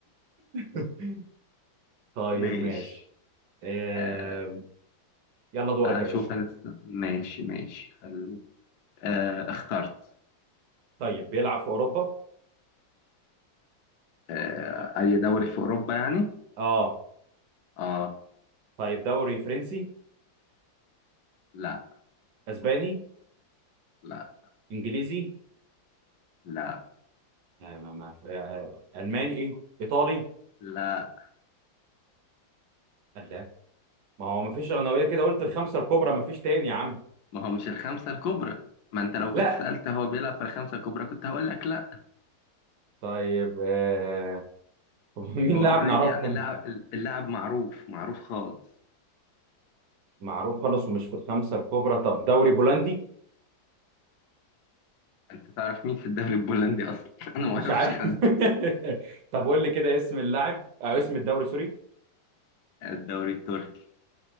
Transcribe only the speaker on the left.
ماشي
آه،
أشوف
أنا ماشي ماشي خلو. آه، اخترت
آه، أي دوري في أوروبا يعني؟
آه
لا
لا
لا
لا
ما هو مش الخمسة الكبرى ما أنت لو
كنت سألت هو بيلعب في الخمسة الكبرى كنت هقول لك لا
هو
أوريدي
يعني
اللاعب اللاعب معروف معروف خالص
أنت تعرف مين في الدوري البولندي أصلا؟ <laughs> أنا
ما أعرفش
حد
الدوري التركي